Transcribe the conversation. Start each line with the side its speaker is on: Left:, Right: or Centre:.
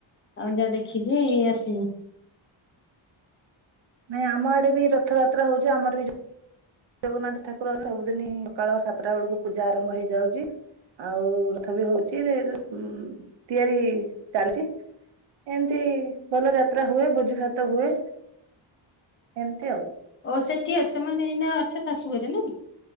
Left: ଆଉ ଯା ଦେଖିକି ଆସିବୁ।
Right: ନାଇଁ, ଆମ ଆଡେ ବି ରଥଯାତ୍ରା ହଉଛି। ଆମର ବି ଜଗନ୍ନାଥ ଠାକୁର ସବୁଦିନି ସକାଳ ସାତଟା ବେଳକୁ ପୂଜା ଆରମ୍ଭ ହେଇଯାଉଛି। ଆଉ ରଥ ବି ହଉଛି ଉ, ତିଆରି ଚାଲିଛି। ଏମିତି ଭଲ ଯାତ୍ରା ହୁଏ, ଭୋଜି ଭାତ ହୁଏ, ଏମିତି ଆଉ।
Left: ଓ ସେଠି ଅଛ ମାନେ, ଏଇନା ଅଛ ଶାଶୁଘରେ ନାଇ।